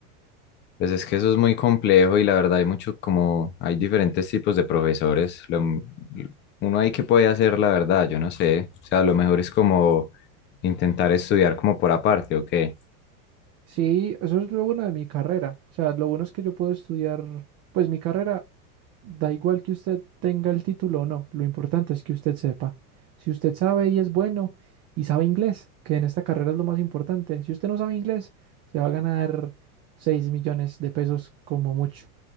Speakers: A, on the left; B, on the right.
A: pues es que eso es muy complejo y la verdad hay mucho como, hay diferentes tipos de profesores. Lo m- uno ahí que puede hacer, la verdad, yo no sé. O sea, lo mejor es como intentar estudiar como por aparte, ¿o qué?
B: Sí, eso es lo bueno de mi carrera. O sea, lo bueno es que yo puedo estudiar, pues mi carrera da igual que usted tenga el título o no, lo importante es que usted sepa. Si usted sabe y es bueno y sabe inglés, que en esta carrera es lo más importante, si usted no sabe inglés, se va a ganar 6 millones de pesos como mucho